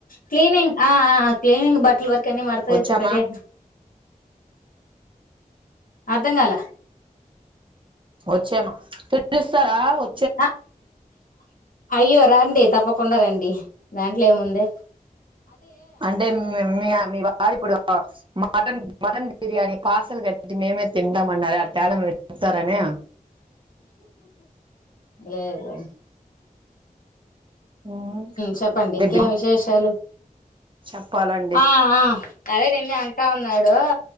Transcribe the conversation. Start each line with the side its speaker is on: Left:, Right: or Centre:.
Left: క్లీనింగ్ ఆ ఆ క్లీనింగ్ బట్లి వర్ కి అన్ని మడతవేసి
Right: వచ్చామా
Left: పెట్టియ్ అర్ధం కాల
Right: వచ్చేమ్మ పిలుస్తారా వచ్చే
Left: ఆ అయ్యో రార్రి తప్పకుం తప్పకుండరండి దాంట్లో ఏముందే
Right: అంటే మీ మీ వారి ఇప్పుడు మటన్ మటన్ బిర్యానీ పార్సల్ కట్టి ఇటి మేమే తింటామన్నార అట్ట ఏడన్నా పెడతారని
Left: లే లే
Right: మ్మ్
Left: చెప్పండి
Right: దెబ్బి
Left: ఇంకేం విశేషాలు
Right: చెప్పాలండి
Left: ఆ ఆ అదే నిన్న అంటా ఉన్నాడు